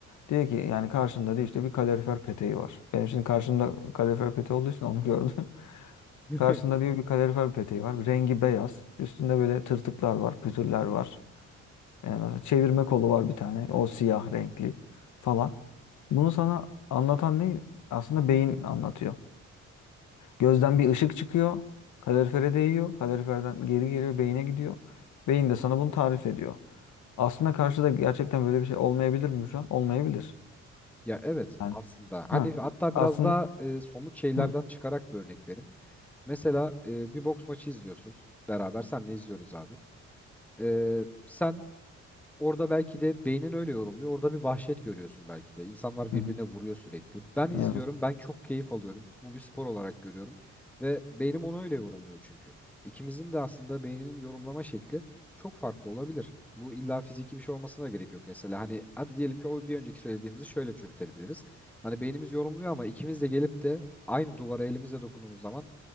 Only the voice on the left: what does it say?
Diyor ki yani karşında diyor işte bir kalorifer peteği var. Benim şimdi karşımda kalorifer peteği olduğu için onu gördüm. <laughs>
Karşında diyor bir kalorifer peteği var. Rengi beyaz. Üstünde böyle tırtıklar var, pütürler var. Yani mesela çevirme kolu var bir tane. O siyah renkli falan. Bunu sana anlatan ne? Aslında beyin anlatıyor. Gözden bir ışık çıkıyor. Kalorifere değiyor. Kaloriferden geri geliyor. Beyine gidiyor. Beyin de sana bunu tarif ediyor. Aslında karşıda gerçekten böyle bir şey olmayabilir mi şu an? Olmayabilir.
Yani,
ha.
Aslında
Hı.
Hı
hı.
Evet.